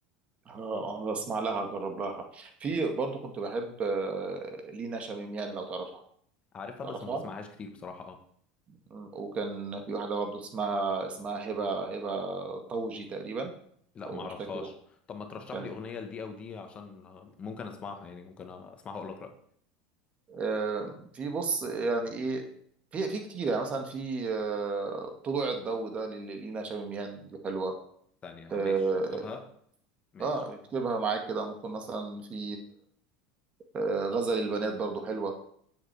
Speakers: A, on the right (about 35°); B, on the left (about 30°).
A: اه آه، اسمع لها اجرب لها في برضو كنت بحب آه، لينا شميم يعني لو تعرفها
B: عارفها
A: تعرفها
B: بس ما بسمعهاش كتير بصراحة اه
A: مم. وكان في واحدة برضه اسمها اسمها هبة هبة طوجي تقريبا
B: لا
A: أو
B: ما اعرفهاش
A: مش فاكر
B: طب ما ترشح
A: كان
B: لي اغنية لدي او دي عشان آه، ممكن اسمعها يعني ممكن اسمعها واقول لك رأيي
A: آم، في بص يعني إيه في في كتير يعني مثلا في آه، طلوع الضوء ده لل- لينا شاميميان دي حلوة
B: ثانية
A: اه
B: ماشي اكتبها ماشي
A: آه، اكتبها معاك كده ممكن مثلا في آه، غزل البنات برضو حلوة